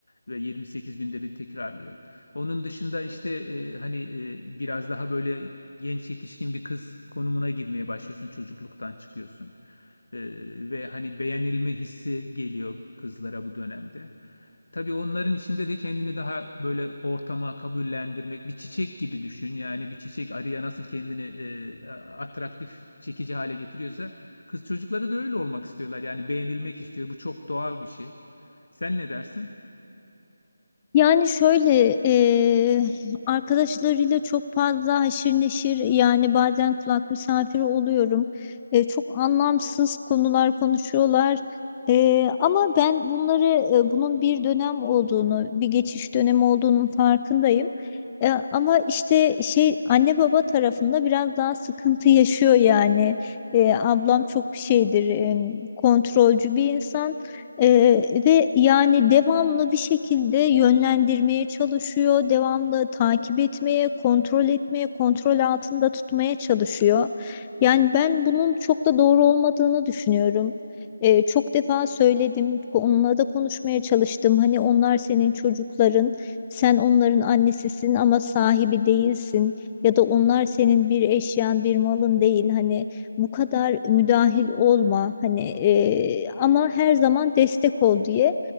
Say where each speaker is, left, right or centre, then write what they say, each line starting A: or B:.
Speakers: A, on the left; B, on the left.
A: ve 28 günde bir tekrarlıyor. Onun dışında işte e, hani e, biraz daha böyle genç yetişkin bir kız konumuna girmeye başlıyorsun. Çocukluktan çıkıyorsun. E, ve hani beğenilme hissi geliyor kızlara bu dönemde. Tabii onların içinde de kendini daha böyle ortama kabullendirmek, bir çiçek gibi düşün. Yani bir çiçek arıya nasıl kendini e, atraktif, çekici hale getiriyorsa kız çocukları da öyle olmak istiyorlar. Yani beğenilmek istiyor. Bu çok doğal bir şey. Sen ne dersin?
B: Yani şöyle eee, arkadaşlarıyla çok fazla haşir neşir yani bazen kulak misafiri oluyorum. Eee, çok anlamsız konular konuşuyorlar. Eee, ama ben bunları e, bunun bir dönem olduğunu, bir geçiş dönemi olduğunun farkındayım. E, ama işte şey anne baba tarafında biraz daha sıkıntı yaşıyor yani. E, ablam çok şeydir, e, kontrolcü bir insan. Ee, ve yani devamlı bir şekilde yönlendirmeye çalışıyor, devamlı takip etmeye, kontrol etmeye, kontrol altında tutmaya çalışıyor. Yani ben bunun çok da doğru olmadığını düşünüyorum. Ee, çok defa söyledim, onunla da konuşmaya çalıştım. Hani onlar senin çocukların, sen onların annesisin ama sahibi değilsin. Ya da onlar senin bir eşyan, bir malın değil. Hani bu kadar müdahil olma hani e, ama her zaman destek ol diye.